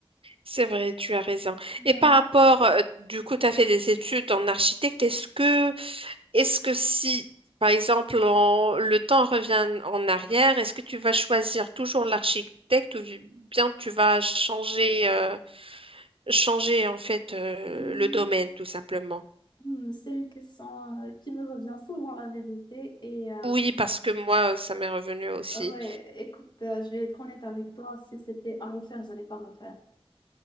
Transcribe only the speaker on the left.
Ouais.
Hmm,
hmm, c'est une question euh, qui me revient souvent, la vérité. Et euh,
ouais, écoute, euh, je vais être honnête avec toi, si c'était à refaire, je n'allais pas refaire.